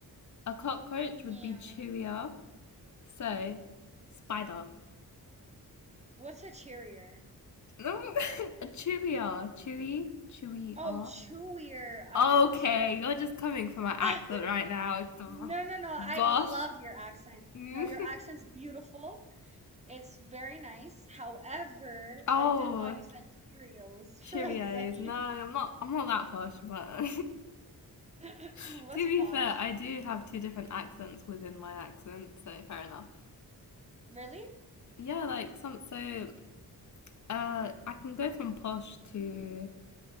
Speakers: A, on the left; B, on the right.
A: a cockroach
B: Yeah.
A: would be chewier So, spider. <laughs>
B: What's a cheerier?
A: No. A chewier. Chewy? Chewier.
B: Oh, chewier. I'm
A: Okay,
B: so sorry.
A: you're just coming for my accent
B: <laughs>
A: right now.
B: No,
A: <laughs>
B: no, no. I
A: Gosh.
B: love your accent.
A: hmm
B: No, your accent's beautiful. It's very nice. However,
A: Oh,
B: I did thought you said Cheerios
A: Cheerios.
B: <laughs> for a second.
A: No, I'm not. I'm not that posh, but
B: <clears throat>
A: <laughs>
B: What's
A: to
B: posh?
A: be fair, I do have two different accents within my accent, so fair enough.
B: Really?
A: Yeah, like some. So, uh, I can go from posh to